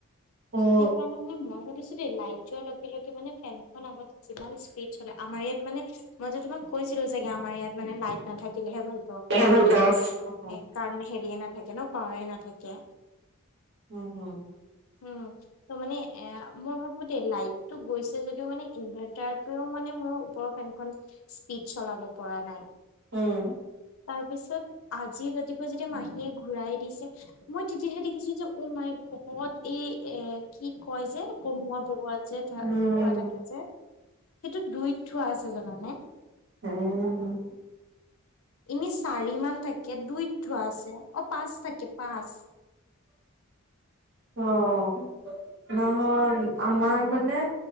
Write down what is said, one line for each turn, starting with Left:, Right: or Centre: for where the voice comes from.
Right: উম
Left: সেই তাৰমানে মই ভাবিছোঁ দেই লাইট যোৱাৰ লগে লগে মানে ফেনখন আগতে যিমান স্পীড চলে আমাৰ ইয়াত মানে মই যে তোমাক কৈছিলোঁ চাগে আমাৰ ইয়াত মানে লাইট নথাকিলেহে ভাল।
Right: এ ভাল পাও অ',
Left: সেইকাৰণে হেৰিয়ে নাথাকে ন' পাৱাৰে নাথাকে।
Right: উম, হুম,
Left: উম, ত' মানে এ মই ভাবো দেই লাইট টো গৈছে যদিও মানে ইনভাৰ্টাৰটোও মানে মোৰ ওপৰ ফেনখন স্পীড চলাব পৰা নাই।
Right: উম,
Left: তাৰ পিছত আজি ৰাতিপুৱা যেতিয়া মাহীয়ে ঘুৰাই দিছে মই তেতিয়াহে দেখিছোঁঅঁ যে ও মাই গদ এই এ কি কয় যে কমোৱা বহুৱা যে ধোৱা
Right: উম
Left: থাকে যে। সেইটো দুইত থোৱা আছে জানানে।
Right: উম,
Left: এনেই চাৰি মান থাকে, দুইত থোৱা আছে অ' পাঁচ থাকে পাঁচ।
Right: অ', নহয়, আমাৰ মানে